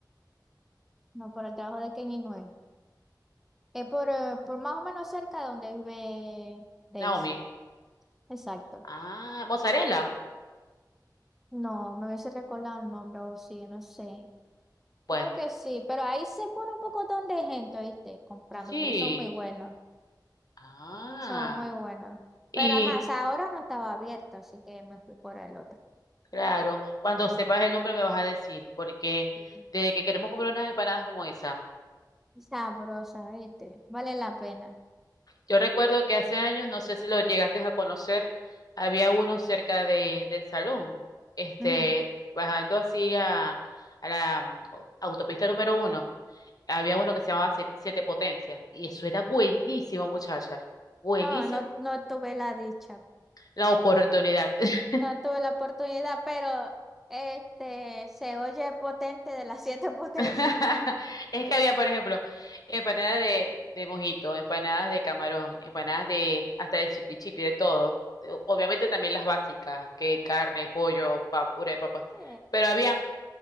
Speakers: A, in the centre; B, on the left.
A: no, por el trabajo de Kenny no es, es por, eh, por más o menos cerca de donde vive Daisy,
B: Naomi.
A: exacto.
B: Ah, mozzarella.
A: No, me hubiese recordado el nombre, o sí, no sé.
B: Bueno,
A: Creo que sí, pero ahí se pone un pocotón de gente, ¿viste? Comprando,
B: sí.
A: porque son muy buenos,
B: Ah,
A: son muy buenos.
B: y
A: Pero ajá, o sea, ahora no estaba abierto, así que me fui por el otro.
B: claro, cuando sepas el nombre me vas a decir, porque
A: Ujú.
B: de que queremos comer unas empanadas como esa.
A: Sabrosa, ¿viste? Vale la pena.
B: Yo recuerdo que hace años, no sé si lo llegaste a conocer, había uno cerca de, del salón, este,
A: Ujú.
B: bajando así a, a la mm, autopista número uno, había uno que se llamaba Sie- Siete Potencias, y eso era buenísimo, muchacha. Buenísimo.
A: No, no, no tuve la dicha,
B: La oportunidad. <laughs>
A: no tuve la oportunidad, pero este se oye potente de las <laughs> siete potencias.
B: <laughs> Es que había, por ejemplo, empanadas de, de mojito, empanadas de camarón, empanadas de hasta de chipi chipi, de todo. Obviamente también las básicas, que carne, pollo, pa, puré de papa.
A: Sí.
B: Pero había